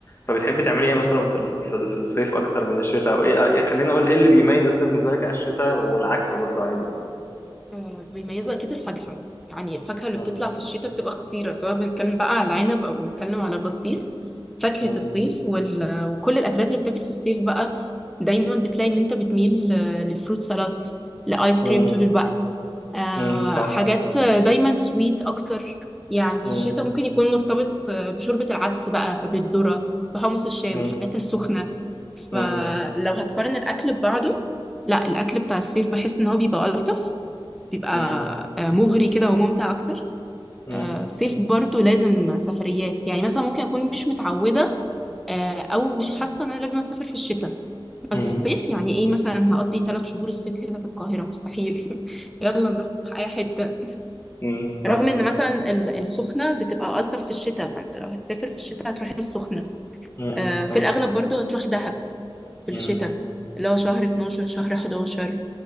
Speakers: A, on the left; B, in the centre.
A: فبتحبي تعملي إيه مثلا في ال- في ال- في الصيف أكتر من الشتاء أو إيه إيه- خليني أقول إيه اللي بيميز الصيف بالنسبة لك عن الشتاء والعكس برضه عادي
B: آه، بيميزوا اكيد الفاكهه يعني الفاكهه اللي
A: مم.
B: بتطلع في الشتاء بتبقى خطيره سواء بنتكلم بقى على العنب او بنتكلم على البطيخ فاكهه
A: مم.
B: الصيف وال... وكل الاكلات اللي بتاكل في الصيف بقى دايما بتلاقي ان انت بتميل آه، لفروت سلطات لايس
A: مم.
B: كريم طول الوقت آه،
A: مم. صح
B: حاجات آه، دايما سويت اكتر يعني
A: مم.
B: الشتاء ممكن يكون مرتبط آه، بشوربه العدس بقى بالذره بحمص الشام
A: مم.
B: الحاجات السخنه فلو
A: مم.
B: هتقارن الاكل ببعضه لا الاكل بتاع الصيف بحس ان هو بيبقى الطف بيبقى
A: مم.
B: آه، مغري كده وممتع اكتر
A: مم.
B: آه، صيف برضو لازم سفريات يعني مثلا ممكن اكون مش متعوده آه، او مش حاسه ان انا لازم اسافر في الشتاء بس
A: مم.
B: الصيف يعني ايه مثلا هقضي ثلاث شهور الصيف هنا في القاهره مستحيل <laughs> يلا نروح اي حته
A: مم. صح
B: رغم ان مثلا ال- السخنه بتبقى الطف في الشتاء فانت لو هتسافر في الشتاء هتروح السخنه
A: مم.
B: آه، في
A: صح
B: الاغلب برضو هتروح دهب في
A: مم.
B: الشتاء اللي هو شهر 12 شهر 11